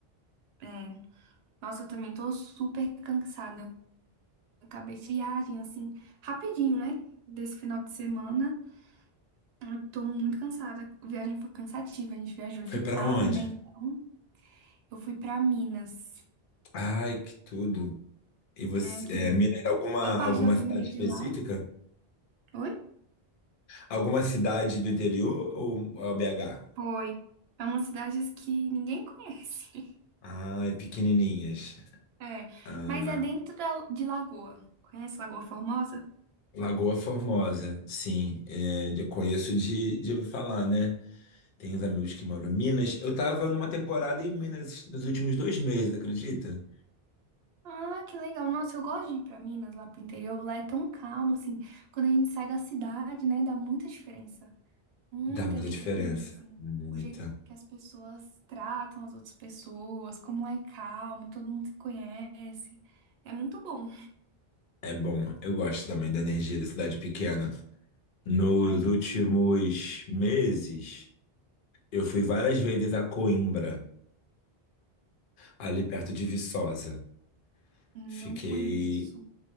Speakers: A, on the right; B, on the left.
A: É, nossa, eu também tô super cansada. Eu Acabei de viagem, assim, rapidinho, né? Desse final de semana. Eu tô muito cansada. A viagem foi cansativa. A gente viajou
B: foi
A: de
B: pra
A: carro,
B: onde?
A: né? Então, eu fui pra Minas,
B: Ai, que tudo. E você,
A: né? Que minha-
B: é, mira em alguma,
A: boa parte
B: alguma
A: da família
B: cidade
A: é de
B: específica?
A: lá. Oi?
B: Alguma cidade do interior ou a BH?
A: Foi. É umas cidades que ninguém conhece. <laughs>
B: Ah, é pequenininhas.
A: É,
B: Ah,
A: mas é dentro da- de Lagoa. Conhece Lagoa Formosa?
B: Lagoa Formosa, sim. É, de- conheço de, de ouvir falar, né? Tem uns amigos que moram em Minas. Eu tava numa temporada em Minas nos últimos dois meses, acredita?
A: Ah, que legal. Nossa, eu gosto de ir pra Minas, lá pro interior. Lá é tão calmo, assim. Quando a gente sai da cidade, né, dá muita diferença. Muita
B: Dá muita
A: diferença,
B: diferença.
A: assim.
B: Muita.
A: O jeito que as pessoas tratam as outras pessoas, como lá é calmo, todo mundo se conhece. É muito bom.
B: É bom. Eu gosto também da energia da cidade pequena. Nos
A: É.
B: últimos meses, eu fui várias vezes a Coimbra, ali perto de Viçosa.
A: Hum,
B: Fiquei.
A: Não conheço.